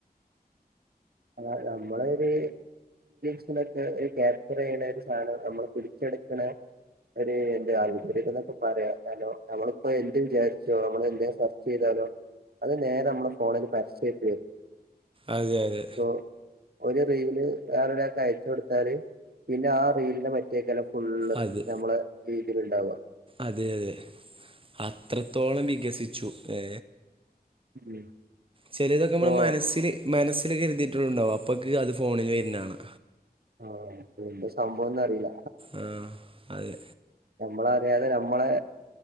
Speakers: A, on the right; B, on the right.
A: അ നമ്മളരു. സിനൊക്കെ ഒരു ക്യാപ്ചർ ചെയ്യണ ഒരു സാധനം നമ്മള് പിച്ചെടുക്കണ.. ഒരു എന്ത ആര്യ എന്നൊക്കെ പറയാ നമ്മളിപ്പോ എന്ത് വിചാരിച്ചോ നമ്മൾ എന്ത സെർച്ച് ചെയ്താലോ. അത് നേരെ നമ്മള് ഫോണിൽ പരസ്യമായിട്ട് വരും
B: അതെ അതെ.
A: ഇപ്പൊ ഒരു റീവില് വറെരാ അയച്ച കൊടുത്താല്. പിന്നെ ആ റീലിനെ മറ്റേക്കല്ലാം ഫുള്ള്
B: അത്
A: നമ്മള് രീതിൽ ഉണ്ടാവുക.
B: അതെ അതെ അത്രത്തോളം വികസിച്ചു ഏ.
A: ഉം
B: ചെലതൊക്കെ
A: ഇപ്പൊ
B: നമ്മൾ മനസ്സില്. മനസ്സിൽ കരുതിയിട്ടുണ്ടാവും അപ്പൊക്ക് അത് ഫോണിൽ വരുന്നതാണ്.
A: ആഹ എന്തസംഭവംന്നുമറിയില്ല
B: ആ അതെ
A: നമ്മള അറിയാല നമ്മളെ